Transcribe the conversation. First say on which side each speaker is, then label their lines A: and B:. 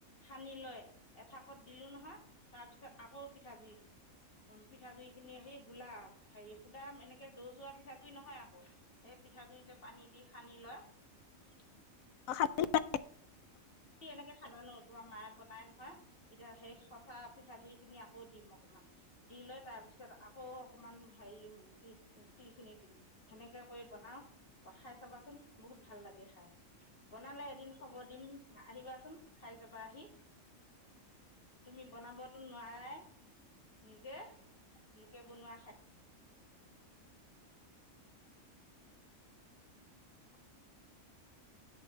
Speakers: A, on the left; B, on the left.
A: সানি লৈ এঠাকত দিলো নহয় তাৰপিছত আকৌ পিঠাগুৰি দি পিঠাগুৰি খিনি সেই গোলাপ হেৰি সুদা এনেকে যৌ যোৱা পিঠাগুৰি নহয় আকৌ সেই পিঠাগুৰি যে পানী দি সানি লয়। <unintelligible>
B: অ সানি লয়।
A: স এনেকে খাজানো তোমাৰ মায়ে বনাই নহয় এতিয়া সেই সঁচা পিঠাগুৰি খিনি আকৌ দিম অকমান দি লৈ তাৰপিছত আকৌ অকমান হেৰি উ তিল খিনি দিম সেনেকে কৰি বনাও খাই চাবাচোন বহুত ভাল লাগে খাই বনালে এদিন খব দিম। আহিবাচোন খাই যাবা আহি তুমি বনাবতো নোৱাৰাই নিজে লোকে বনোৱা খাই <unintelligible>